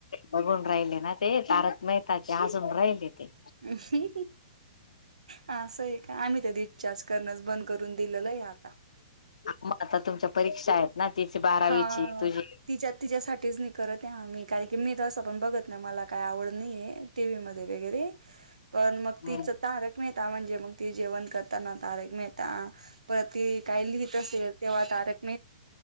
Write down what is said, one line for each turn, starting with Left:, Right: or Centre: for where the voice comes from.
Left: बघून राहिले ना ते तारक मेहताचे हसून राहिले ते
Right: ह् ह हा स आहे का आम्ही ते रिचार्ज करणच बंद करून दिलेलं आहे आता
Left: मग आता तुमच्या परीक्षा आहेत ना तिची बारावीची
Right: हा
Left: तुझी
Right: तिच्या तिच्यासाठीच करत आहे आम्ही कारण की मी तसं पण बघत नाही मला काही आवड नाही टीव्ही म वरे पण मग
Left: हम्म
Right: ति तारक म्हजे मग ते जेवण करताना तारक मेहता परत त काय लिहित असेल तेव्हा तारके